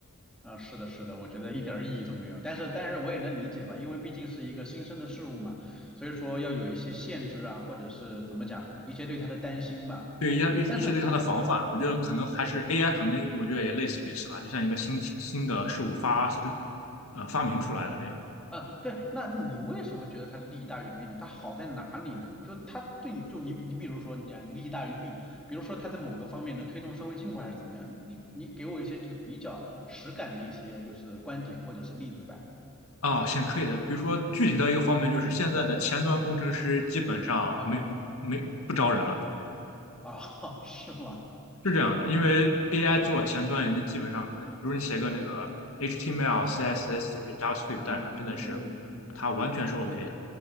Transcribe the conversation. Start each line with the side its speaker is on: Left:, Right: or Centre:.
Centre: 啊，是的，是的，我觉得一点儿意义都没有。但是，但是我也能理解吧，因为毕竟是一个新生的事物嘛，所以说要有一些限制啊，或者是怎么讲，一些对他的担心吧。
Left: 对一些一些对它的防范，
Centre: 但是，
Left: 我觉得可能还是
Centre: 嗯嗯
Left: AI，
Centre: 嗯，
Left: 可能我觉得也类似于此吧，就像一个新奇新的事物发新呃发明出来了这样
Centre: 啊，对，那你为什么觉得它利大于弊呢？它好在哪里呢？就它对你，就你，你比如说你啊，利大于弊，比如说它在某个方面能推动社会进步还是怎么样？你你给我一些就是比较实感的一些就是观点或者是例子吧。
Left: 啊，行可以的。比如说具体的一个方面，就是现在的前端工程师基本上没没不招人了，
Centre: 啊啊啊，<laughs> 是吗
Left: 是这样的，因为 AI 做前端已经基本上，
Centre: ？OK。
Left: 呃比如你写个那个 HTML、CSS 这些 JavaScript
Centre: 嗯嗯嗯嗯嗯嗯，
Left: 代码，真的是它完全是 OK 的。